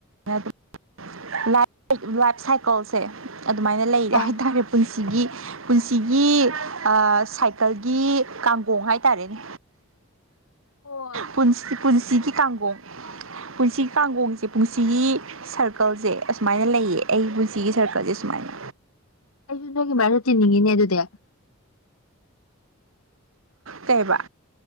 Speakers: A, on the right; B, on the left.
A: <unintelligible> ꯂꯥꯏꯞ ꯁꯥꯏꯀꯜꯁꯦ ꯑꯗꯨꯃꯥꯏꯅ ꯂꯩꯔꯦ
B: ꯑ
A: ꯍꯥꯏꯇꯥꯔꯦ ꯄꯨꯟꯁꯤꯒꯤ ꯄꯨꯟꯁꯤ ꯒꯤ ꯑꯥ ꯁꯥꯏꯀꯜꯒꯤ ꯀꯥꯡꯒꯣꯡ ꯍꯥꯏꯇꯥꯔꯦꯅꯦ
B: ꯑꯣ
A: ꯄꯨꯟꯁꯤ ꯄꯨꯟꯁꯤꯒꯤ ꯀꯥꯡꯒꯣꯡ ꯄꯨꯟꯁꯤꯒꯤ ꯀꯥꯡꯒꯣꯡꯁꯦ ꯄꯨꯟꯁꯤꯒꯤ ꯁꯔꯀꯜꯁꯦ ꯑꯁꯨꯃꯥꯏꯅ ꯂꯩꯌꯦ ꯑꯩꯒꯤ ꯄꯨꯟꯁꯤꯒꯤ ꯁꯔꯀꯜꯁꯦ ꯁꯨꯃꯥꯏꯅ
B: ꯑꯩꯁꯨ ꯅꯣꯏꯒꯤ ꯃꯔꯛꯇ ꯇꯤꯟꯅꯤꯡꯉꯤꯅꯦ ꯑꯗꯨꯗꯤ꯫
A: ꯀꯩꯑꯕ